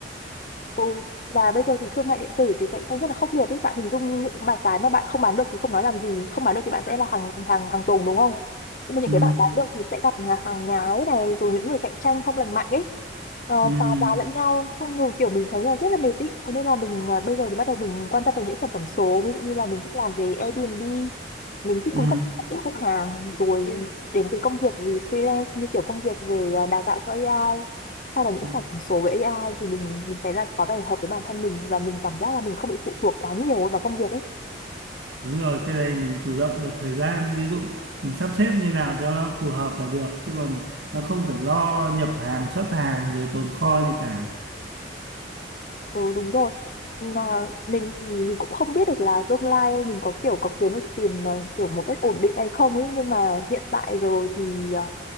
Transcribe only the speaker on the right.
ừ,
ừ,
ừ,
ừ.
đúng rồi cái này mình chủ động được thời gian ví dụ mình sắp xếp như nào cho nó phù hợp là được chứ còn nó không phải lo nhập hàng xuất hàng rồi tồn kho gì cả